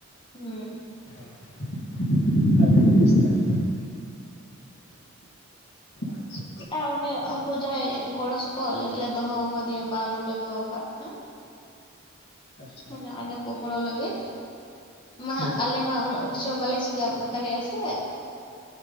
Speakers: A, on the left; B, on the left.
A: ᱦᱩᱸ
B: ᱦᱮᱸ ᱟᱹᱰᱤ ᱵᱮᱥ ᱛᱟᱦᱞᱮ᱾ ᱟᱪᱪᱷᱟ
A: ᱟ ᱚᱸᱰᱮ ᱩᱱᱠᱩ ᱡᱟᱦᱟᱸᱭ ᱜᱚᱲᱚ ᱥᱚᱯᱚᱦᱚᱫ ᱞᱟᱹᱜᱤᱫ ᱞᱮ ᱫᱚᱦᱚ ᱟᱠᱟᱫᱮᱭᱟ ᱵᱟᱨ ᱦᱚᱲ ᱞᱮ ᱫᱚᱦᱚ ᱟᱠᱟᱫ ᱠᱤᱱᱟ᱾
B: ᱟᱪᱪᱷᱟ
A: ᱦᱟᱱᱮ ᱟᱞᱮ ᱠᱚ ᱜᱚᱲᱚ ᱞᱟᱹᱜᱤᱫ ᱢᱟ ᱦᱟᱸᱜ
B: ᱦᱮᱸ
A: ᱟᱞᱮ ᱢᱟ ᱩᱸᱱᱟᱹᱜ ᱠᱤᱪᱷᱩ ᱦᱚᱸ ᱵᱟᱞᱮ ᱪᱤᱠᱟ ᱮᱢ ᱫᱟᱲᱮᱭᱟᱜᱼᱟ ᱥᱮ ᱾